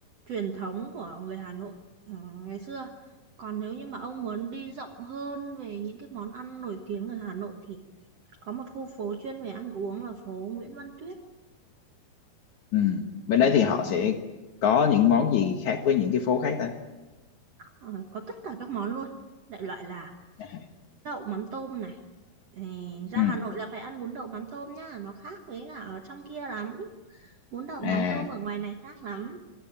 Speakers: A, on the right; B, on the left.
A: truyền thống của người Hà Nội ừ, ngày xưa. Còn nếu như mà ông muốn đi rộng hơn về những cái món ăn nổi tiếng ở Hà Nội thì có một khu phố chuyên về ăn uống là phố Nguyễn Văn Tuyết
B: ừ bên
A: ừ.
B: đấy thì họ sẽ có những món gì khác với những cái phố khác ta
A: Ờ, có tất cả các món luôn đại loại là
B: à,
A: đậu mắm tôm này Ờ, ra
B: ừ
A: Hà Nội là phải ăn bún đậu mắm tôm nhá nó khác với cả ở trong kia lắm bún đậu
B: à
A: mắm tôm ở ngoài này khác lắm